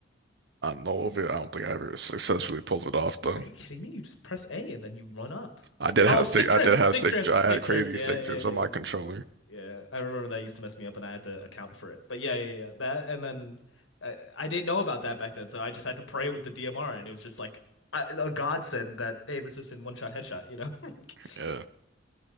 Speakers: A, on the right; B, on the left.
A: I know of it. I don't think I ever successfully pulled it off though.
B: Are you kidding me? You just press A and then you run up.
A: I did
B: Oh,
A: have
B: stick
A: stick.
B: drift,
A: I did
B: stick
A: have stick.
B: drift,
A: dri- I
B: stick
A: had crazy
B: drift. Yeah,
A: stick
B: yeah,
A: drips on
B: yeah. yeah.
A: my controller.
B: Yeah, Yeah, I remember that used to mess me up and I had to account for it. But yeah, yeah, yeah. That and then I, I didn't know about that back then, so I just had to pray with the DMR and it was just like I, a godsend that aim assist and one-shot headshot, you know? <laughs> Like
A: Yeah.